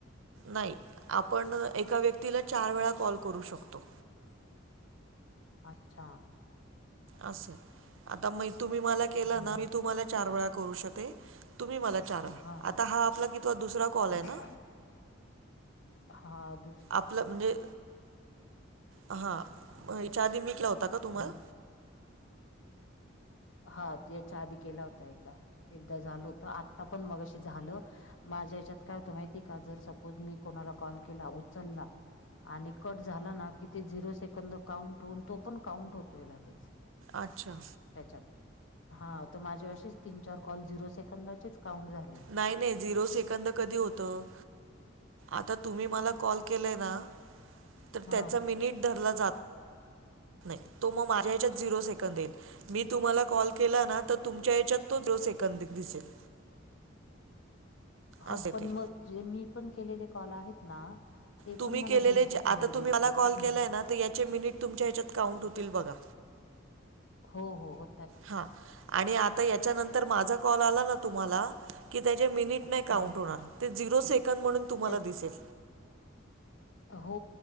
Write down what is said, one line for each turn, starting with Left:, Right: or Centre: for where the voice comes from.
Right: नाही आपण एका व्यक्तीला चार वेळा कॉल करू शकतो.
Left: अच्छा!
Right: असं आता म तुम्ही मला केला
Left: हम्म
Right: ना, मी तुम्हाला चार वेळा करू शकते. तुम्ही मला चार वेळा
Left: हा
Right: आता हा आपला किवा दुसरा कॉल आहे
Left: अच्छा
Right: ना?
Left: हा दु-
Right: आपलं म्हणजे, हा हेच्या आधी मिकला होता का तुम्हाला?
Left: हम्म हा यांच्या आधी केला होता. एकदा एकदा झाल होत आत्ता पण मग अशी झालं- माझ्या यांच्यात. काय होतं माहिती का जर सपोज मी कोणाला कॉल केला उचलला आणि कट झाला ना कि ते झिरो सेकंद काउंट होऊन तो पण काउंट होतोय लगेच.
Right: अच्छा!
Left: त्याच्यात हा तर माझे अेच तीन चार कॉल झिरो सेकंदाचेच काउंट झाले.
Right: नाही नाही झिरो सेकंद कधी होतं. आता तुम्ही मला कॉल केलाय ना, तर
Left: हा
Right: त्याचा मिनट धरला जात. नाही तो मग माझ्या यांच्यात झिरो सेकंद येईल. मी तुम्हाला कॉल केला ना, तर तुमच्या याच्यात तो दो सेकंद दिसेल.
Left: हो
Right: असं आहे
Left: पण
Right: ते
Left: मे मी पण केलेले कॉल आहेत ना. ते
Right: तुम्ही
Left: पण मला
Right: केलेले
Left: झिरो सेकंद
Right: जे आता, तुम्ही
Left: दिसले
Right: मला कॉल
Left: की म्हणजे
Right: केलाय ना तर याचे मिनिट तुमच्या ह्याच्यात काउंट होतील बघा.
Left: हो हो हो
Right: हां आणि आता याच्यानंतर माझा कॉल आला ना तुम्हाला की त्याचे मिनिटं - नाही
Left: हा
Right: काउंट होणार. ते झिरो सेकड म्हणून तुम्हाला
Left: त्या
Right: दिसेल.
Left: हो